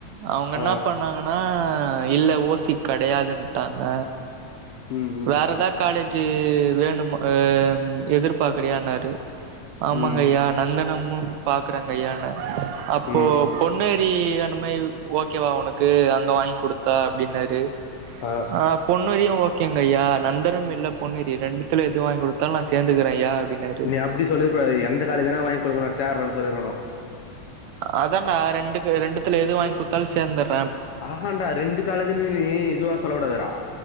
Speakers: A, on the right (about 75°); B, on the left (about 70°).
A: அவங்க என்ன
B: ஆ
A: பண்ணாங்கன்னா இல்ல ஓசி கெடையாதுட்டாங்க
B: ம் ம்
A: வேற ஏதா காலேஜு வேணும் அ எதிர்பாக்கிறீயானாரு ஆமாங்க
B: ம்
A: ஐயா நந்தனமும் பாக்றேங்க ஐயா அப்போ
B: ம்
A: பொன்னேரி அந்த மாரி ஓகேவா உனக்கு அங்க வாங்கி குடுத்தா அப்டின்னாரு
B: ஆ
A: ஆ பொன்னெரியு ஓக் ங்கய்யா நந்தரம் இல்ல பொன்னேரி ரெண்டத்துல எது வாங்கி குடுத்தாலு நா சேர்ந்துக்கிறேயா அப்டின்னாரு
B: நீ அப்டி சொல்லிருக்க கூடாது எந்த காலேஜ் னா வாங்கி குடுங்க நா சேர்ரன்னு சொல்லிருக்கணு
A: அதாண்டா ரெண்டுக்கு ரெண்டத்துல எது வாங்கி குடுத்தாலு சேந்தரு
B: ஆஹான்டா ரெண்டு காலேஜ்லயுமே இதுவா சொல்லக்கூடாது டா